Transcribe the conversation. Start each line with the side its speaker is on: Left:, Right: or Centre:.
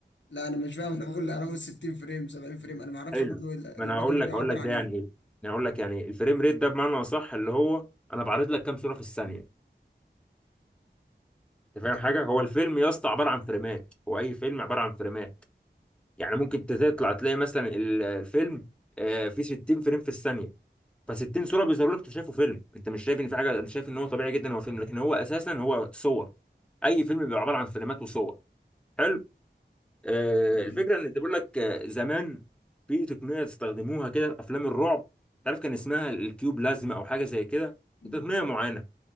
Left: لا انا مش فاهم انا بقول اللي اعرفه 60 فريم 70 فريم انا ما اعرفش
Centre: حلو
Left: برضه ال-
Centre: ما انا
Left: الرقم
Centre: هقول
Left: ده بيعبر
Centre: لك هقول لك
Left: عن
Centre: ده
Left: ايه
Centre: يعني ايه انا هقول لك يعني إيه. الفريم ريت ده بمعنى اصح اللي هو انا بعرض لك كام صوره في الثانيه انت
Left: ب-
Centre: فاهم حاجه هو الفيلم يا اسطى عباره عن فريمات هو اي فيلم عباره عن فريمات يعني ممكن تطلع تلاقي مثلا ال- الفيلم آه، فيه 60 فريم في الثانيه ف 60 صوره بيظهروا لك انت شايفه فيلم انت مش شايف ان في حاجه انت شايف ان هو طبيعي جدا هو فيلم لكن هو اساسا هو صور اي فيلم بيبقى عباره عن فريمات وصور حلو آه،
Left: ب-
Centre: الفكره ان بيقول لك آه، زمان في تقنيه استخدموها كده في افلام الرعب تعرف كان اسمها الكيوب لازمه او حاجه زي كده
Left: مم.
Centre: تقنيه معينه